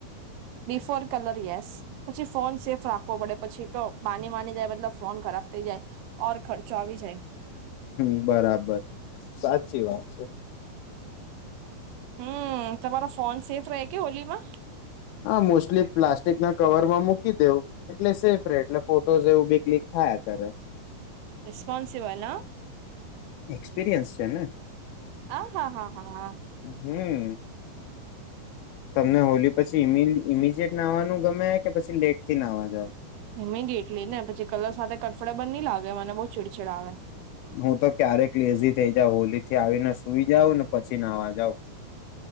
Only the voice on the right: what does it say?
બિફોર કલર યસ પછી ફોન સેફ રાખવો પડે પછી તો પાની વાની જાય મતલબ ફોન ખરાબ થઈ જાય ઓર ખર્ચો આવી જાય
હમ તમારા ફોન સેફ રહે કે હોલીમાં
રિસ્પોન્સિબલઆ.
આ હા હા હા.
ઇમિડિએટલી ને પછી કલર સાથે કોમ્ફટેબલ નહી લાગે મને બહુ ચીડછીડ આવે.